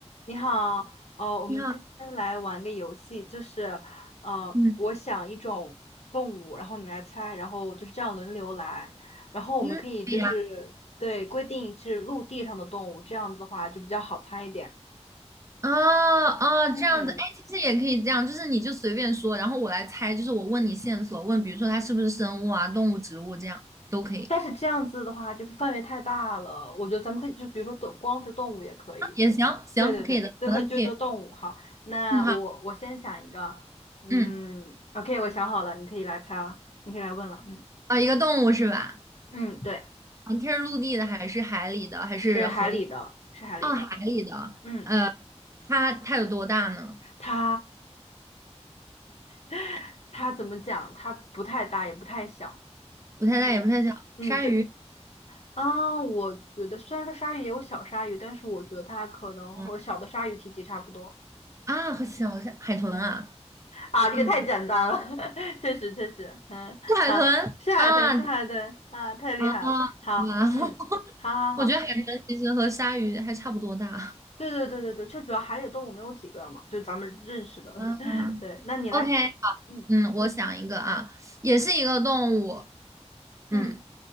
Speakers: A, on the left; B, on the right.
A: 你好，呃，我们今天来玩个游戏，
B: 你好，
A: 就是，呃，
B: 嗯
A: 我想一种动物，然后你来猜，然后就是这样轮流来，然后我们可以就是对规定是陆地上的动物，
B: 嗯，可以呀，
A: 这样子的话就比较好猜一点。
B: 哦哦，
A: 嗯，
B: 这样子，哎，其实也可以这样，就是你就随便说，然后我来猜，就是我问你线索，问比如说它是不是生物啊、动物、植物这样都可以，
A: 但是这样子的话就是范围太大了，我觉得咱们可以就比如说动光是动物也可以。
B: 啊也行，行，
A: 对对对，
B: 可以的，
A: 那可以就都动物。
B: 好的，可以，
A: 好，那我我先想一个，
B: 嗯，好，
A: 嗯，OK，
B: 嗯，
A: 我想好了，你可以来猜了，你可以来问了。嗯
B: 啊，一个动物是吧？
A: 嗯，对。
B: 啊，它是陆地的还是海里的还是河？
A: 是海里的，是海里的。
B: 哦，海里的，
A: 嗯，
B: 呃，它它有多大呢？
A: 它 <laughs> 它怎么讲？它不太大，也不太小。
B: 不太大也不太小，
A: 嗯嗯，
B: 鲨鱼
A: 对。啊，我觉得虽然说鲨鱼也有小鲨鱼，但是我觉得它可能和小的鲨鱼体积差不多。
B: 嗯啊，和小海豚啊，
A: 啊，这个太简单了，
B: 嗯，
A: <laughs> 确实确实。嗯，
B: 是海豚啊
A: 好，是海豚，是海豚啊，太厉害了。
B: 啊啊！哇
A: 好，
B: <laughs>
A: 嗯，好好好，
B: 我觉得海豚其实和鲨鱼还差不多大。
A: 对对对对对，这主要海里的动物没有几个嘛，就咱们认识的。
B: <laughs> 啊
A: <laughs> 对，那你来，
B: ，OK，
A: 嗯
B: 嗯，我想一个啊，也是一个动物。
A: 嗯。
B: 嗯，